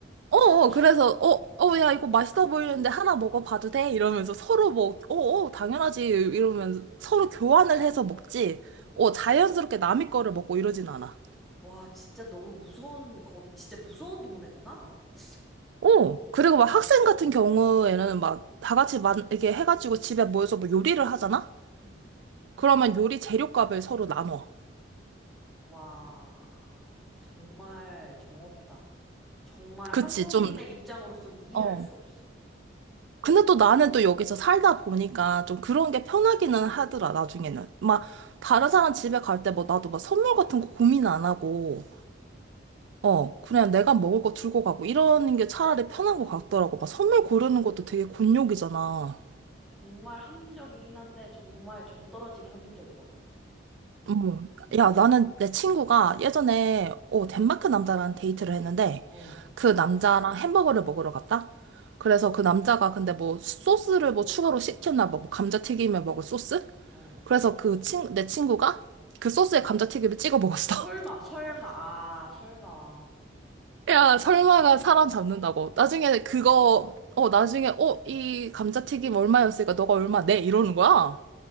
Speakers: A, on the right; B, in the centre.
A: 어어.
B: 아,
A: 그래서, 어, 어, 야, 이거 맛있어 보이는데 하나 먹어봐도 돼? 이러면서 서로 뭐, 어어, 당연하지. 이러면서 서로 교환을 해서 먹지. 어, 자연스럽게 남의 거를 먹고 이러진 않아.
B: 와, 진짜 너무 무서운, 거기 진짜 무서운 동네구나. <laughs> 진짜.
A: 어, 그리고 막 학생 같은 경우에는 막 다 같이 만, 이렇게 해가지고 집에 모여서 뭐 요리를 하잖아?
B: 음.
A: 그러면 요리 재료값을 서로 나눠.
B: 와, 정말 정없다. 정말
A: 그치,
B: 한국인의
A: 좀,
B: 입장으로선 이해할
A: 어.
B: 수 없어.
A: 근데 또 나는 또 여기서 살다 보니까 좀 그런 게 편하기는 하더라, 나중에는. 막, 다른 사람 집에 갈 때 뭐 나도 막 선물 같은 거 고민 안 하고, 어, 그냥 내가 먹을 거 들고 가고, 이러는 게 차라리 편한 것 같더라고. 막 선물 고르는 것도 되게 곤욕이잖아.
B: 정말 합리적이긴 한데, 정말 정떨어지게 합리적이다.
A: 어머, 야, 나는 내 친구가 예전에 어, 덴마크 남자랑 데이트를 했는데
B: 어,
A: 그 남자랑 햄버거를 먹으러 갔다? 그래서 그 남자가 근데 뭐 소스를 뭐 추가로 시켰나 봐. 뭐 감자튀김에 먹을 소스?
B: 어.
A: 그래서 그 친, 내 친구가 그 소스에 감자튀김을 찍어 먹었어.
B: 설마, 설마, 아, 설마.
A: <laughs> 야, 설마가 사람 잡는다고. 나중에 그거, 어, 나중에, 어, 이 감자튀김 얼마였으니까 너가 얼마 내? 이러는 거야.